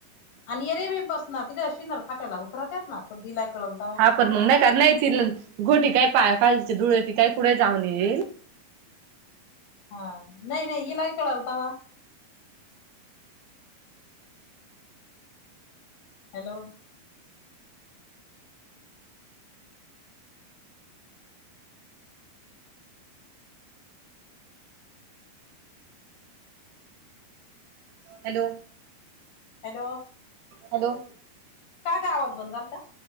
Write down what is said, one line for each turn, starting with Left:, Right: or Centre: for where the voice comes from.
Left: आणि येरे बी बसणार तिथे अणार खाट्याला उतरात्यात ना तो दिलाय कळम तर
Right: आपण मग नाही का नाही त गोटी काय पायाखालची धुळे त काय कुढे जाऊन येईल
Left: हा नाही नाही इलाय कळन तवा हॅलो
Right: हॅलो
Left: हॅलो
Right: हॅलो
Left: का ग आवाज बंद झालता?